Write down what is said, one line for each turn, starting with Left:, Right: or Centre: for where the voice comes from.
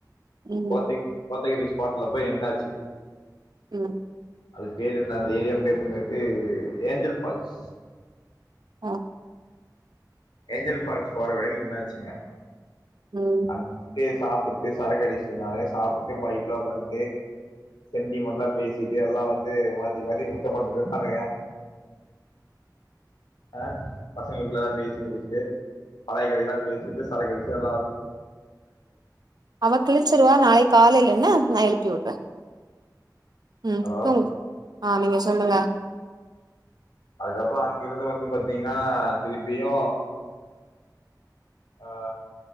Right: ம்
Left: கோத்தகி கோத்தகிரி ஸ்பாட்ல போய் என்டாச்சி
Right: ம்
Left: அதுக்கு பேர் என்ன அந்த ஏரியா பேர் என்னது ஏஞ்சல் ஃபால்ஸ்
Right: ஆ
Left: ஏஞ்சல் ஃபால்ஸ் போற வழில நின்னாச்சுங்க
Right: ம்
Left: அது கேஸ் சாப்புட்டு சரக்கு அடிச்சிட்டு இருந்தானுங்க சாப்புட்டு வைப்லாம் பண்ட்டு சென்டிமெண்ட்ல்லா பேசிட்டு எல்லா வந்து மாத்தி மாத்தி முத்தோ குடுத்துட்டு இருந்தானுங்க <inaudible> அ பசங்களுக்குள்ள எல்லா பேசி முடிச்சுட்டு பழய கதையெல்லாம் பேசிட்டு சரக்கடுச்சுட்டு
Right: அவ கிழிச்சிருவா நாளைக் காலையிலன நா எழுப்பி விட்ற ம்
Left: ஹலோ
Right: தூங்கு ஆ நீங்க சொல்லுங்க
Left: அதுக்கப்புறோ அங்கிருந்து வந்து பாத்தீங்ன்னா திருப்பியு ஆ